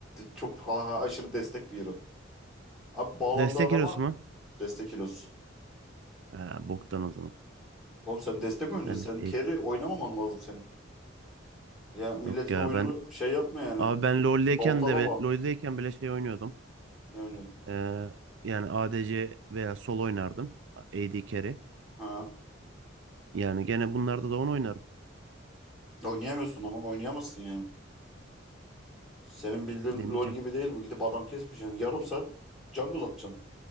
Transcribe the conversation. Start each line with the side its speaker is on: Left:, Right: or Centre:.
Centre: Çok ha- ha- aşırı destek bir hero. Abi bağlandığı
Right: Destek
Centre: adama
Right: hero'su mu?
Centre: destek hero'su.
Right: Ha, boktan o zaman.
Centre: Oğlum sen destek oyuncu
Right: Benlik
Centre: sen
Right: değil.
Centre: carry oynamaman lazım senin. Ya milletin
Right: Yok ya
Centre: oyununu
Right: ben
Centre: şey yapma yani.
Right: abi ben LoL'deyken
Centre: Baltalama.
Right: de be- LoL'deyken bile şey oynuyordum.
Centre: Ne oynuyorsun
Right: Ee, yani ADC veya sol oynardım. AD carry.
Centre: Ha.
Right: Yani gene bunlarda da onu oynarım.
Centre: Oynayamıyorsun ama oynayamazsın yani. Senin bildiğin
Right: Deneyeceğim.
Centre: LoL gibi değil bu. Gidip adam kesmeyeceksin. Yani Yarım saat jungle atacaksın.